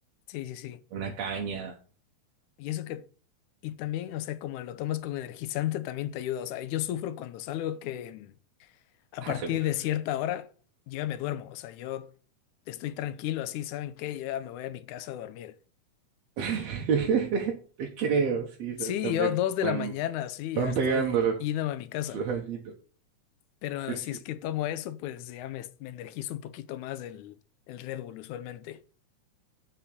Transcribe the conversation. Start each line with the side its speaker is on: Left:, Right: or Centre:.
Left: sí, sí, sí.
Right: una caña.
Left: Y eso que, y también, o sea, como lo tomas con energizante, también te ayuda. O sea, yo sufro cuando salgo que mm, a
Right: Ah,
Left: partir
Right: seguro.
Left: de cierta hora yo ya me duermo. O sea, yo estoy tranquilo así, ¿saben qué? Yo ya me voy a mi casa a dormir.
Right: <laughs> Te creo, sí,
Left: Sí,
Right: ya también
Left: yo dos de
Right: van,
Left: la mañana, sí,
Right: van
Left: ya estoy
Right: pegando los,
Left: yéndome a mi casa.
Right: los añitos.
Left: Pero
Right: Sí, sí.
Left: si es que tomo eso, pues ya me, me energizo un poquito más el, el Red Bull usualmente.